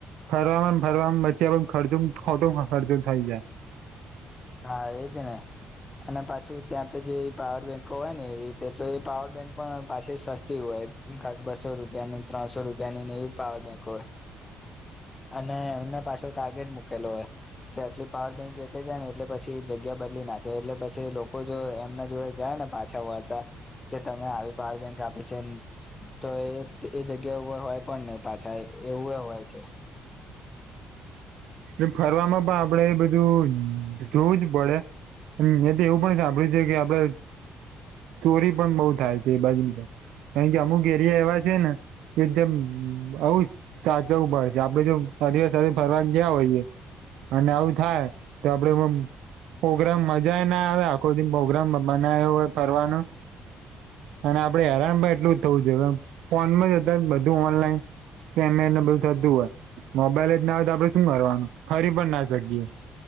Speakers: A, on the right (about 85°); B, on the left (about 25°).
A: ફરવામાં ફરવા વચ્ચે પણ ખર્ચું ખોટું ખર્ચું થઈ જાય.
B: હા હેતીના અને પાછું ત્યાં તો જે પાવર બેંકો હોય ને એવી રીતે તો એ પાવર બેંક પણ પાછી સસ્તી હોય કક બસો રૂપિયા ની ત્રણસો રૂપિયાનીને એવી પાવર બેંક હોય. અને એમને પાછો ટાર્ગેટ મૂકેલો હોય કે આટલી પાવર બેંક વેચે છે ને એટલે પછી જગ્યા બદલી નાખે એટલે પછી લોકો જો એમના જોડે જાય ને પાછા વળતા કે તમે તમે આવી પાવર બેંક આપી છે તો એ એ જગ્યા ઉપર હોય પણ નહી પાછા એવું કવાય છે
A: એ ફરવામાં પણ આપડે એ બધું જોવું જ પડે. એ તો એવું પણ સાંભળ્યું છે કે આપડે ચોરી પણ બઉુ થાય છે એ બાજુ કારણ કે અમુક એરિયા એવા છે ને કે એકદમ આવુ સાચવું પડે છે આપડે જો અઢવા ફરવાની ગયા હોઈએ અને આવું થાય તો આપડે પ્રગ્રામ મજા ના આવે આખો દ પ્રોગ્રામ બનાવ્યો હોય ફરવાનું અને આપડે હેરાન પણ એટલું જ થવું જો ફોન જતા બધું ઓનલાઈન પેમેન્ટને બધું થતું હોય મોબાઈલ જ ના હોય તો આપડે શું કરવારવાનું ફરી પણ ના શકીએ.